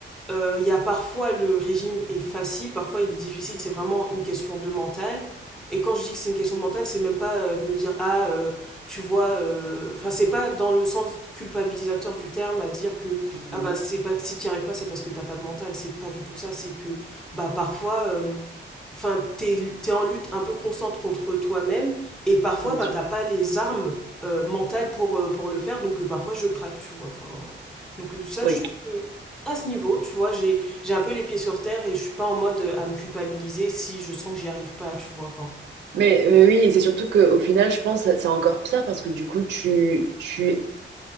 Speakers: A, in the centre; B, on the right.
A: euh, Il euh, y a parfois le régime est facile, parfois il est difficile, c'est vraiment une question de mental. Et quand je dis que c'est une question de mental, c'est même pas euh, de me dire ah euh, tu vois, euh, enfin c'est pas dans le sens culpabilisateur du terme à dire que
B: Mhm. mhm,
A: ah bah c'est pas si t'y arrives pas c'est parce que t'as pas de mental, c'est pas du tout ça, c'est que bah parfois euh, Enfin, t'es, t'es en lutte un peu constante contre toi-même et parfois,
B: Bien
A: ben,
B: sûr.
A: t'as pas les armes euh, mentales pour, euh, pour le faire. Donc, euh, parfois, je craque, tu vois. Enfin, donc, euh, ça,
B: Oui.
A: je trouve que à ce niveau, tu vois, j'ai, j'ai un peu les pieds sur terre et je suis pas en mode euh, à me culpabiliser si je sens que j'y arrive pas, tu vois. Enfin,
B: Mais, mais oui, et c'est surtout qu'au final, je pense que c'est encore pire parce que du coup, tu, tu